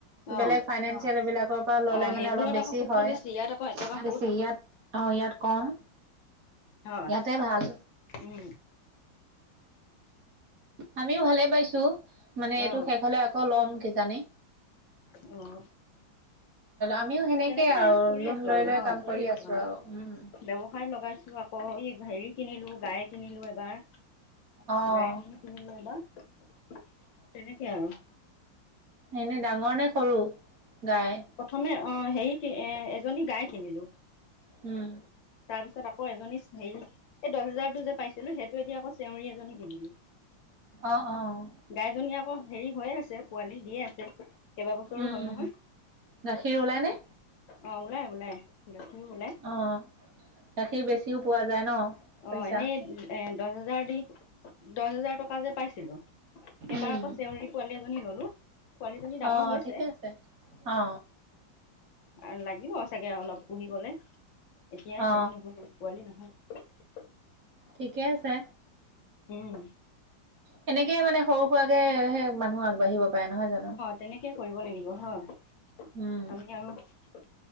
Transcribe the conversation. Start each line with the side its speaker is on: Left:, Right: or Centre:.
Right: বেলেগ
Left: অঁ
Right: ফাইনেন্ঞ্চিয়েল এইবলাকৰ পৰা ল'লে
Left: অ সেইবোৰত
Right: মানে অলপ বেছি
Left: আকৌ সুতটো
Right: হয়।
Left: ইয়াত আকৌ এটকা সুত
Right: আছে ইয়াত অ' ইয়াত কম
Left: হয়
Right: ইয়াতে ভাল।
Left: উম
Right: আমিও ভালে পাইছো মানে এইটো
Left: অ
Right: শেষ হ'লে আকৌ লম কিজানি।
Left: উম।
Right: আমিও সেনেকে
Left: তেনেকে
Right: আৰু
Left: কৰি
Right: লোন
Left: আছো
Right: লৈ
Left: আৰু
Right: লৈ
Left: হয়
Right: কাম
Left: চলি
Right: কৰি
Left: আছো আৰু
Right: উম
Left: ব্যৱ খাই লগাইছো আকৌ এই হেৰি কিনিলো গাই কিনিলো এবাৰ।
Right: অ
Left: গাই কিনিলে এবাৰ তেনেকে আৰু।
Right: এনেই ডাঙৰ নে সৰু গাই?
Left: প্ৰথমে অ' হেৰি এ এজনী গাই কিনিলো।
Right: উম।
Left: তাৰপিছত আকৌ এজনী হেৰি এই দহ হাজাৰটো যে পাইছিলো সেইটো এতি আকৌ চেউৰৰি এজনী কিনিলো।
Right: অ', অ'।
Left: গাইজনী আকৌ হেৰি হৈয়ে আছে পোৱালি দিয়ে আছে। কেইবা বছৰো
Right: উম
Left: হ'ল
Right: উম
Left: নহয়
Right: গাখীৰ ওলাই নে
Left: অ' ওলাই ওলাই। গাখীৰো ওলাই
Right: অ', গাখীৰ বেছিও পোৱা যায় ন। পইচা
Left: অ', এনেই এ দহ হাজাৰ দি দহ হাজাৰ টকা যে পাইছিলো। সেইবাৰ
Right: উম
Left: আকৌ চেউৰী পোৱালি এজনী ল'লো। পোৱালীজনী ডাঙৰ
Right: অ
Left: হৈছে।
Right: ঠিকে আছে অ
Left: আৰু লাগিব চাগে অলপ পুহিবলে এতিয়া
Right: অ
Left: হেৰি নহয় পোৱালি নহয়।
Right: ঠিকে আছে।
Left: উম।
Right: সেনেকে মানে সৰু সুৰাকেে মানুহ আগবাঢ়িব পাৰে নহয় জানো?
Left: তেনেকৈ কৰিব লাগিব হয়।
Right: উম।
Left: আমি আৰু